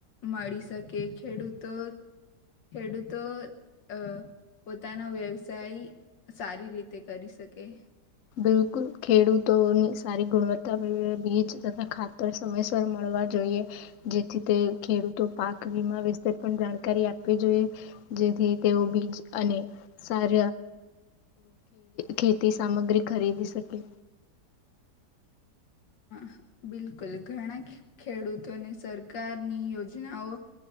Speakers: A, on the left; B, on the left.
A: મળી શકે ખેડૂતો ખેડૂતો અ પોતાનો વ્યવસાય સારી રીતે કરી શકે.
B: બિલકુલ ખેડૂતોની સારી ગુણવત્તા બીજ તથા ખાતર સમયસર મળવા જોઈએ, જેથી તે ખેડૂતો પાક વીમા વિશે પણ જાણકારી આપવી જોઈએ જેથી તેઓ બીજ અને સાર ખેતી સામગ્રી ખરીદી શકે.
A: હ બિલકુલ ઘણા ખેડૂતોને સરકારની યોજનાઓ